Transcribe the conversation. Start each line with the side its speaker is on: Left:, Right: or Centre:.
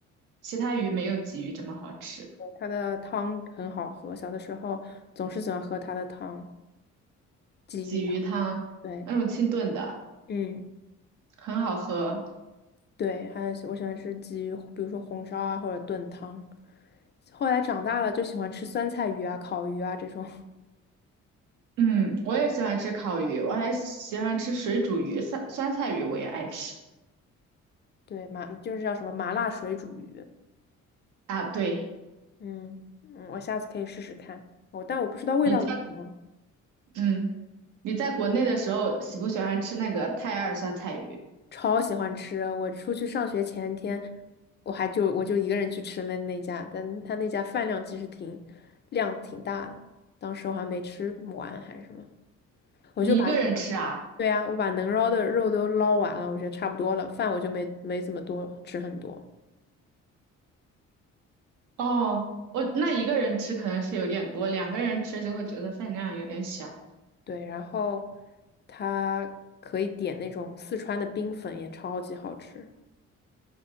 Right: 其他鱼没有鲫鱼这么好吃。
Left: 对，它的汤很好喝，小的时候总是喜欢喝它的汤，鲫鱼汤。
Right: 鲫鱼汤那种清炖的
Left: 对，嗯，
Right: 很好喝。
Left: 对，还有我喜欢吃鲫鱼，比如说红烧啊或者炖汤。后来长大了就喜欢吃酸菜鱼啊、烤鱼啊这种，
Right: 嗯，我也喜欢吃烤鱼，我还喜欢吃水煮鱼，酸酸菜鱼我也爱吃。
Left: <laughs> 对，麻就是叫什么麻辣水煮鱼。
Right: 啊，对，
Left: 嗯嗯，我下次可以试试看。我但我不知道味道怎么样，
Right: 你在嗯你在国内的时候喜不喜欢吃那个泰二酸菜鱼？
Left: 超喜欢吃。我出去上学前一天，我还就我就一个人去吃了那家，但他那家饭量其实挺量挺大的，当时我还没吃完还是什么，我就把
Right: 你一个人吃啊？
Left: 对呀、我把能捞的肉都捞完了，我觉得差不多了，饭我就没没怎么多吃很多。
Right: 哦，我那一个人吃可能是有点多，两个人吃就会觉得分量有点小。
Left: 对，然后它可以点那种四川的冰粉，也超级好吃。